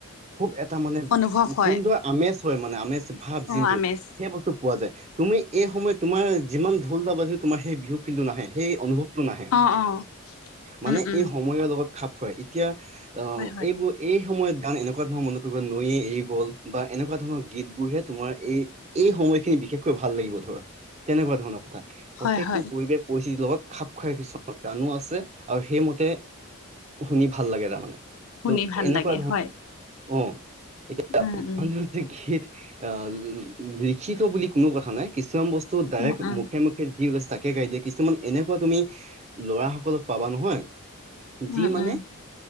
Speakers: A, on the right (about 30°); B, on the left (about 70°).
A: খুব এটা মানে
B: অনুভৱ হয়
A: কোনটোৱে আমেজ হয় মানে আমেজ ভাৱ যোনটো
B: অ আমেজ
A: সেই বস্তু পোৱা যায় তুমি এই সময়ত তোমাৰ যিমান ঢোলা বাজি তোমাৰ সেই বিহু ফিল্ডটো নাহে সেই অনুভৱ টো নাহে
B: অ অ
A: মানে
B: উম উম।
A: এই সময়ৰ লগত খাপ খুৱাই এতিয়া আহ
B: হয় হয়।
A: এইবোৰ এই সময়ত গান এনেকুৱা ধৰণৰ মনত পৰিব নৈয়ে এৰি গ'ল বা এনেকুৱা ধৰণৰ গীতবোৰহে তোমাৰ এই এই সময়খিনি বিশেষকৈ ভাল লাগিব ধৰ তেনেকুৱা ধৰণৰ কথা প্ৰত্যেকটো
B: হয় হয়
A: পৰিৱেশ পৰিস্থিতি লগত খাপ খোৱাই কিছুমান গানো আছে আৰু সেইমতে শুনি ভাল লাগে তাৰমানে
B: শুনি
A: ত'
B: ভাল
A: এনেকুৱা
B: লাগে
A: ধৰণৰ
B: হয়
A: অ এতিয়া
B: উম উম।
A: গীত আহ লিখিত বুলি কোনো কথা নাই কিছুমান বস্তু ডাইৰেক্ট
B: উম উম
A: মুখে মুখে যি ওলাইছে তাকে গাই দিয়ে কিছুমান এনেকুৱা তুমি ল'ৰা সকলক পাবা নহয়
B: উম
A: যি মানে
B: উম